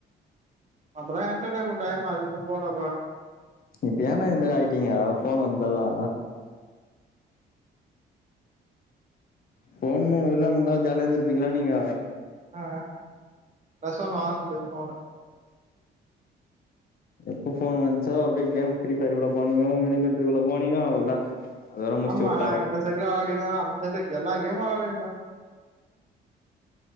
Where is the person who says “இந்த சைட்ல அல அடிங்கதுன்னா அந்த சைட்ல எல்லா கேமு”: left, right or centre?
Right